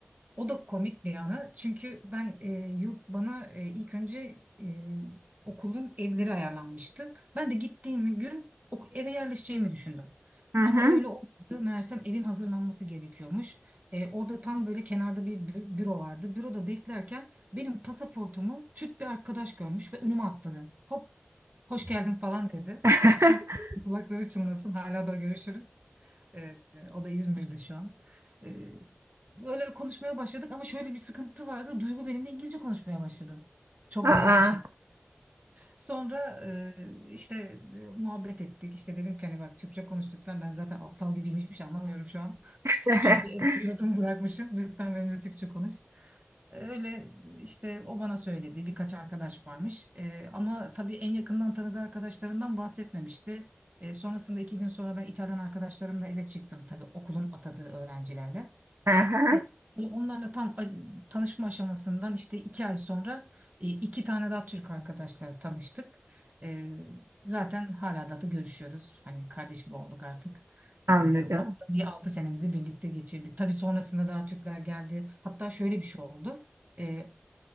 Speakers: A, on the right; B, on the right.
A: O da komik bir yanı. Çünkü ben e, yurt bana e, ilk önce e, okulun evleri ayarlanmıştı. Ben de gittiğim gün ok- eve yerleşeceğimi düşündüm.
B: Hı
A: Ama
B: hı.
A: öyle olmadı. Meğersem evin hazırlanması gerekiyormuş. E, orada tam böyle kenarda bir bü- büro vardı. Büroda beklerken benim pasaportumu Türk bir arkadaş görmüş ve önüme atladı. Hop, hoş geldin falan dedi.
B: <laughs>
A: İsmi de- kulakları çınlasın. Hala da görüşürüz. Ee, o da İzmir'de şu an. Ee, böyle konuşmaya başladık ama şöyle bir sıkıntı vardı. Duygu benimle İngilizce konuşmaya başladı. Çok
B: Aa.
A: garip bir şey. Sonra e, işte e, muhabbet ettik. İşte dedim ki hani bak Türkçe konuş lütfen. Ben zaten aptal gibiyim hiçbir şey anlamıyorum şu an.
B: <laughs>
A: Çünkü yurdum bırakmışım. Lütfen benimle Türkçe konuş. Öyle işte o bana söyledi birkaç arkadaş varmış Ee, ama tabii en yakından tanıdığı arkadaşlarından bahsetmemişti. Ee, sonrasında iki gün sonra ben İtalyan arkadaşlarımla eve çıktım tabii okulun atadığı öğrencilerle.
B: Aha,
A: E, Onlarla tam a- tanışma aşamasından işte iki ay sonra e, iki tane daha Türk arkadaşla tanıştık. E, zaten hala da da görüşüyoruz. Hani kardeş gibi olduk artık.
B: anladım.
A: E, orada bir altı senemizi birlikte geçirdik. Tabii sonrasında daha Türkler geldi. Hatta şöyle bir şey oldu. E,